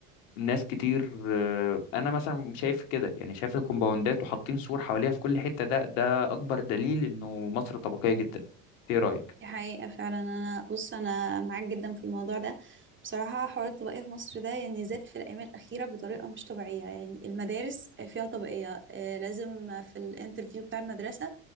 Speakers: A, on the left (about 80°); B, on the right (about 30°).
A: ناس كتير آه، انا مثلا شايف كده يعني شايف الكومباوندات وحاطين سور حواليها في كل حته ده ده اكبر دليل انه مصر طبقيه جدا ايه رايك
B: دي حقيقة فعلا انا بص انا معاك جدا في الموضوع ده بصراحة حوار الطبقية في مصر ده يعني زاد في الايام الاخيرة بطريقة مش طبيعية يعني المدارس فيها طبقية آه، لازم في الانترفيو بتاع المدرسة